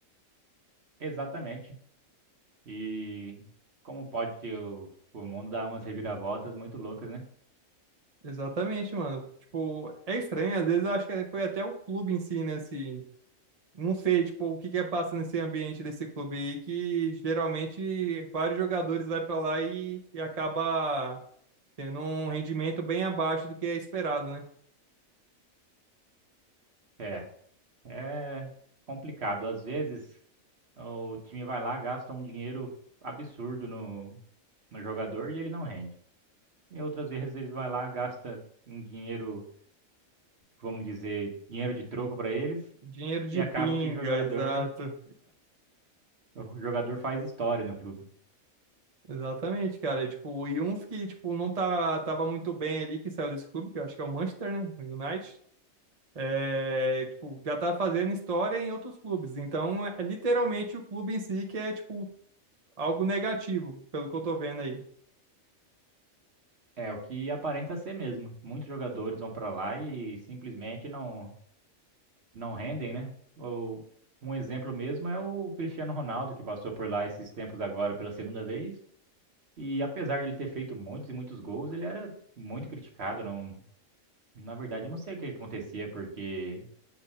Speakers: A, on the right (about 50°); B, on the right (about 35°).
A: Exatamente. E como pode que o, o mundo dá umas reviravoltas muito loucas, né?
B: Exatamente, mano. Tipo, é estranho, às vezes eu acho que foi até o clube em si, né, se Não sei, tipo, o que que é passa nesse ambiente desse clube aí, que geralmente vários jogadores vai pra lá e, e acaba tendo um rendimento bem abaixo do que é esperado, né?
A: É, é complicado. Às vezes, o time vai lá, gasta um dinheiro absurdo no, no jogador e ele não rende. E outras vezes ele vai lá, gasta um dinheiro, vamos dizer, dinheiro de troco para eles
B: Dinheiro de
A: E acaba
B: pinga,
A: que o jogador,
B: exato.
A: o jogador faz história no clube.
B: Exatamente, cara. E, tipo, e um que, tipo, não tá, tava muito bem ali, que saiu desse clube, que eu acho que é o Manchester, né? O United. É, tipo, já tá fazendo história em outros clubes. Então, é literalmente o clube em si que é, tipo, algo negativo, pelo que eu tô vendo aí.
A: É o que aparenta ser mesmo. Muitos jogadores vão para lá e simplesmente não não rendem, né? Ou um exemplo mesmo é o Cristiano Ronaldo, que passou por lá esses tempos agora pela segunda vez. E apesar de ele ter feito muitos e muitos gols, ele era muito criticado. Não, na verdade, eu não sei o que acontecia, porque